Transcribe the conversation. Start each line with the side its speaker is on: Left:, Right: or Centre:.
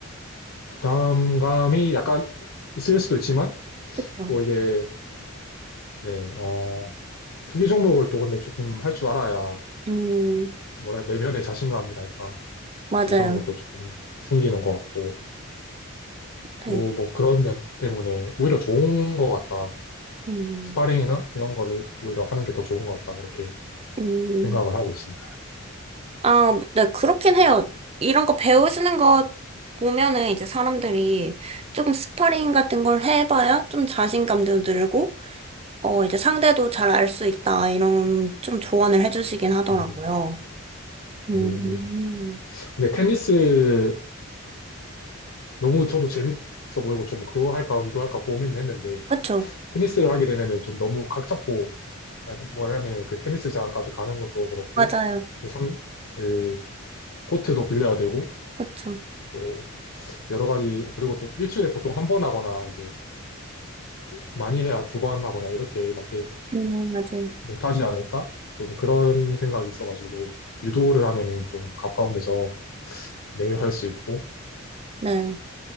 Left: 부담감이 약간 있을 수도 있지만,
Right: 그렇죠.
Left: 또 이게, 네, 어, 투기 종목을 또 근데 조금 할 줄 알아야,
Right: 음,
Left: 뭐라, 해야 내면의 자신감이랄까.
Right: 맞아요.
Left: 이제 이런 것도 조금 생기는 것 같고,
Right: 네.
Left: 또 뭐 그런 면 때문에 오히려 좋은 것 같다.
Right: 음,
Left: 스파링이나 이런 거를 오히려 하는 게 더 좋은 것 같다. 이렇게
Right: 음.
Left: 생각을 하고 있습니다.
Right: 아, 네, 그렇긴 해요. 이런 거 배우시는 거 보면은 이제 사람들이 조금 스파링 같은 걸 해봐야 좀 자신감도 늘고, 어, 이제 상대도 잘 알 수 있다, 이런 좀 조언을 해주시긴 하더라고요.
Left: 음,
Right: 음,
Left: 음. 근데 테니스를 너무 저도 재밌어 보이고 좀 그거 할까 유도할까 고민을 했는데
Right: 그쵸.
Left: 테니스를 하게 되면은 좀 너무 각 잡고 뭐야하 뭐냐면 그 테니스장까지 가는 것도 그렇고
Right: 맞아요.
Left: 이제 상, 그 코트도 빌려야 되고
Right: 그쵸.
Left: 또 여러 가지 그리고 또 일주일에 보통 한 번 하거나 이제 많이 해야 두 번 하거나 이렇게밖에
Right: 음, 맞아요.
Left: 못하지 않을까? 좀 그런 생각이 있어가지고 유도를 하면은 좀 가까운 데서 매일 할 수 있고
Right: 네.